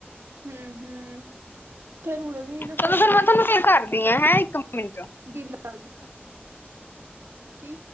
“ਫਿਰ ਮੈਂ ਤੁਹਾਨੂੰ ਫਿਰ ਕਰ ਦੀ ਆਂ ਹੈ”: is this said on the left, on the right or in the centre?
Left